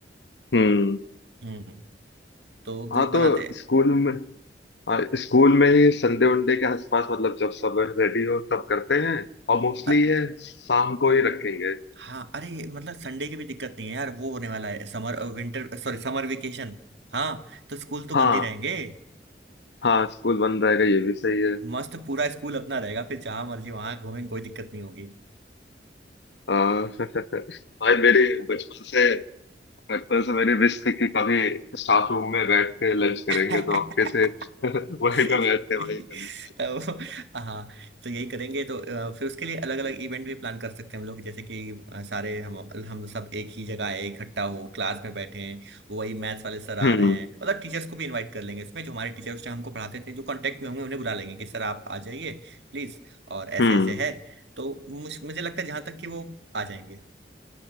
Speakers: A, on the left (about 75°); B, on the right (about 80°).
A: हम्म।
B: हम्म तो ग्रुप
A: हाँ
B: बनाते
A: तो स्कूल में हाँ स्कूल में ही संडे वनडे के आसपास मतलब जब सब रेडी हो तब करते हैं और मोस्टली
B: अ-
A: ये शाम को ही रखेंगे
B: हाँ अरे ये मतलब संडे की भी दिक्कत नहीं है यार वो होने वाला है summer winter sorry summer vacation हाँ तो स्कूल तो
A: हाँ
B: बंद ही रहेंगे
A: हाँ स्कूल बंद रहेगा ये भी सही है
B: मस्त पूरा स्कूल अपना रहेगा फिर जहां मर्जी वहां घूमेंगे कोई दिक्कत नहीं होगी
A: आ, भाई मेरी बचपन से बचपन से मेरी विश थी कि कभी स्टाफ रूम में बैठ के लंच करेंगे
B: <laughs>
A: तो आपके से <laughs> वहीं
B: <laughs>
A: पे बैठ के वही करना
B: अब हाँ तो यही करेंगे तो अ, फिर उसके लिए अलग अलग इवेंट भी प्लान कर सकते हैं हम लोग जैसे कि अ, सारे हम हम सब एक ही जगह आए इकट्ठा हो क्लास में बैठे हैं वही मैथ्स वाले सर आ
A: हम्म
B: रहे हैं मतलब टीचर्स को भी इनवाइट कर लेंगे इसमें जो हमारे टीचर्स ने हमको पढ़ाते थे जो कांटेक्ट में होंगे उन्हें बुला लेंगे कि सर आप आ जाइए प्लीज और ऐसे
A: हम्म
B: ऐसे है तो मुझ- मुझे लगता है जहाँ तक कि वो आ जाएंगे